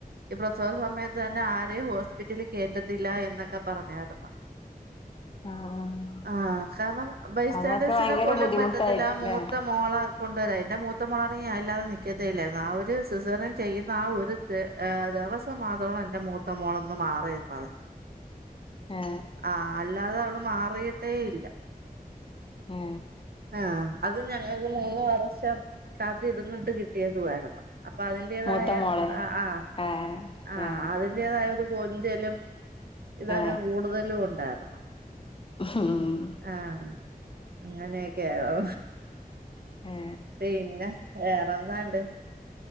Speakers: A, on the right; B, on the left.
A: ഈ പ്രസവ സമയത്ത് തന്നെ ആരെയും ഹോസ്പിറ്റലിൽ കേറ്റതില്ല എന്നൊക്കെ പറഞ്ഞ് നടപ്പാ
B: ആഹ്
A: ആഹ് കാരണം ബയിസ്റ്റാൻടേഴ്സിനെ
B: അതൊക്കെ ഭയങ്കര
A: പോലും
B: ബുദ്ധിമുട്ടായിട്ടില്ലേ
A: പറ്റത്തില്ല മൂത്ത മോള കൊണ്ടുവരാൻ എന്റെ മൂത്ത മോളാണെ ഞാനില്ലാതെ നിക്കത്തേ ഇല്ലായിരുന്നു ആ ഒരു സിസേറിയൻ ചെയ്യുന്ന ആ ഒരു ത് ഏ ദിവസം മാത്രമാണ് എൻറെ മൂത്ത മോളൊന്ന് മാറി നിന്നത്
B: ഏ
A: ആ അല്ലാതെ അവള് മാ കൊയ്യട്ടെ ഇല്ല
B: ഏ
A: ആഹ അത് ഞങ്ങൾക്ക് മൂന്ന് വർഷം കാത്തിരുന്നിട്ട് കിട്ടിയതു ആയിരുന്നു അപ്പ അതിന്റേതായ
B: മൂത്ത മോളെ
A: ആ
B: ഏ
A: ആ
B: ഏ
A: അതിന്റെതായ ഒരു കൊഞ്ചലും ഇതാ
B: ഏ
A: ഞാൻ കൂടുതലും ഉണ്ടായിര്ന്നു
B: ഉം
A: ആഹ അങ്ങനെക്കെ ഏ ഔ
B: ഏ
A: പിന്നെ വെറെന്താണ്ട്